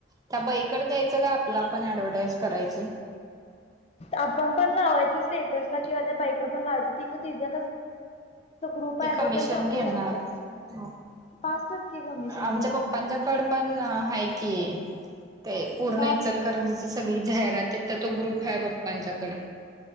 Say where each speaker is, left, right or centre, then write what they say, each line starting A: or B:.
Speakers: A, on the right; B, on the left.
A: त्या बाईकडं द्यायचं का आपला आपण ऍडव्हटाईज करायची?
B: आपण पण लावायचं स्टेटसला किंवा त्या बाईकडे पण लावायचं त तिज कस ग्रुप
A: ती
B: आहे
A: कमिशन
B: त्यां टाकू
A: घेणार.
B: शकत्या की
A: हा
B: पाच टक्के कमिशन
A: आमच्या
B: घेणार
A: पप्पांच्याकड
B: ती
A: पण हाय की, ते पूर्ण
B: काय
A: इचल कारण सगळी जाहिरात तिथं तो ग्रुप हाय पप्पांच्याकडे.